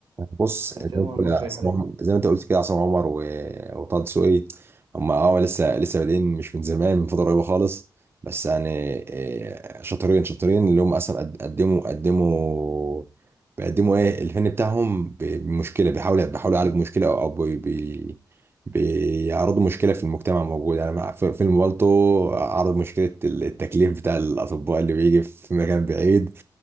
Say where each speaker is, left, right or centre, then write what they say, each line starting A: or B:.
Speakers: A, on the right; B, on the right.
A: بص
B: في السينما
A: زي ما بتقول-
B: المصرية
A: يا عصام-
B: حاليا؟
A: زي ما انت قلت كده عصام عمر و... وطه دسوقي هم اه لسه لسه بادئين مش من زمان من فتره قريبه خالص بس يعني آه، شاطرين شاطرين اللي هم اصلا قد- قدموا قدموا بيقدموا ايه الفن بتاعهم ب- بمشكله بيحاولوا بيحاولوا يعالجوا مشكله او أو بي... بي... بيعرضوا مشكله في المجتمع موجود يعني مع في- فيلم بالطو عرض مشكله التكليف بتاع الاطباء اللي بيجي في مكان بعيد